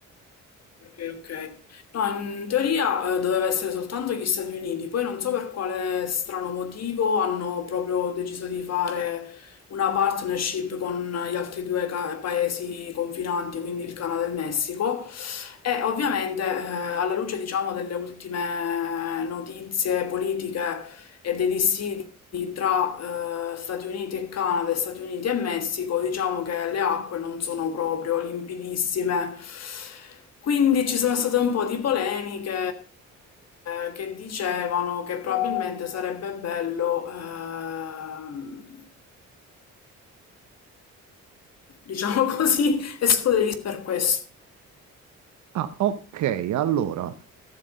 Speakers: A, on the left; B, on the right.
A: ok, ok. ok. No, in teoria eh, doveva essere soltanto gli Stati Uniti, poi non so per quale strano motivo hanno proprio deciso di fare una partnership con gli altri due ca- paesi confinanti, quindi il Canada e il Messico. E ovviamente, eh, alla luce, diciamo, delle ultime notizie politiche e dei dissidi tra eh, Stati Uniti e Canada e Stati Uniti e Messico, diciamo che le acque non sono proprio limpidissime. Quindi ci sono state un po' di polemiche eh, che dicevano che probabilmente sarebbe bello, ehm, diciamo <laughs> così, escluderli per questo
B: Ah, ok, allora,